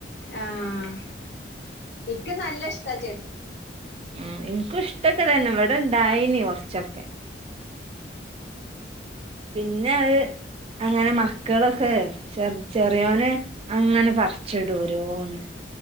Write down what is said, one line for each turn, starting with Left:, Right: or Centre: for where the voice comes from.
Left: ആഹ് ഇക്ക് നല്ല ഇഷ്ട ചെ
Right: ഉം എനിക്കും ഇഷ്ടൊക്കെ തന്നെ ഇവിടെണ്ടായിനി കൊറച്ചൊക്കെ പിന്നെ അഹ് അങ്ങനെ മക്കളൊക്കെ ചെർ ചെറിയോനെ അങ്ങനെ പറിച്ചിടും ഓരോന്ന്